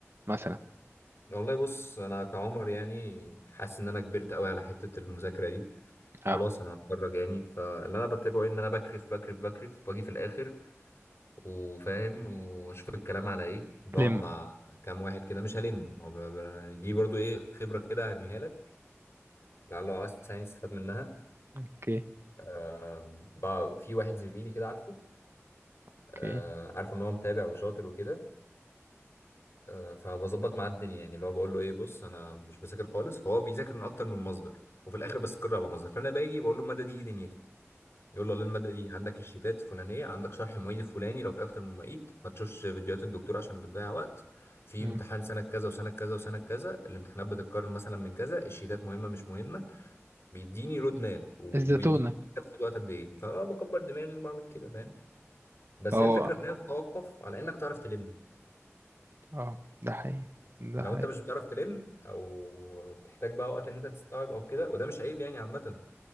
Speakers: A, on the right; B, on the left.
A: مثلا
B: والله بص انا كعمر يعني حاسس ان انا كبرت قوي على حته المذاكره دي خلاص
A: اه
B: انا هتخرج يعني فاللي انا بتابعه ايه ان انا بكرف بكرف بكرف واجي في الاخر وفاهم واشوف الكلام على ايه بقعد
A: لم
B: مع كام واحد كده مش هلم هو ب- ب- دي برضو ايه خبره كده هرميها لك لعل عايز يعني تستفاد منها
A: اوكي
B: أم، بقى- في واحد زميلي كده عارفه
A: اوكي
B: آه، عارفه ان هو متابع وشاطر وكده آه، فبظبط معاه الدنيا يعني اللي هو بقول له ايه بص انا مش بذاكر خالص فهو بيذاكر من اكتر من مصدر وفي الاخر بستقر على مصدر فانا باجي بقول له الماده دي ايه دنيتها يقول له والله الماده دي عندك الشيتات الفلانيه عندك شرح المعيد الفلاني لو في اكتر من معيد ما تشوفش فيديوهات الدكتور عشان بتضيع وقت في
A: مم.
B: امتحان سنه كذا وسنه كذا وسنه كذا الامتحانات بتتكرر مثلا من كذا الشيتات مهمه مش مهمه بيديني رود ماب وبيديني
A: الزتونة
B: هتاخد وقت قد ايه فبكبر دماغي وبعمل كده فاهم بس
A: اه
B: هي الفكره في انها بتتوقف على انك تعرف تلم
A: اه ده حقيقي ده
B: لو
A: حقيقي
B: انت مش بتعرف تلم او بتحتاج بقى وقت ان انت تستوعب او كده وده مش عيب يعني عامه